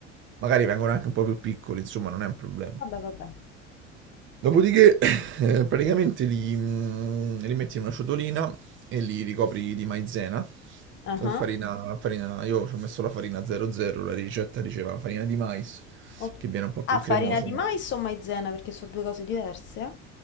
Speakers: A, on the right (about 30°); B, on the left (about 30°).
A: Magari vengono anche un po' più piccoli, insomma, non è un problema.
B: Vabbè, vabbè.
A: Dopodiché, <coughs> <laughs> eh, praticamente li, mm, li metti in una ciotolina e li ricopri di maizena
B: Ah,
A: o farina, farina. Io ci ho messo la farina 00, la ricetta diceva farina di mais,
B: o-
A: che viene un po' più
B: Ah,
A: cremoso,
B: farina di
A: ma...
B: mais o maizena? Perché sono due cose diverse, eh?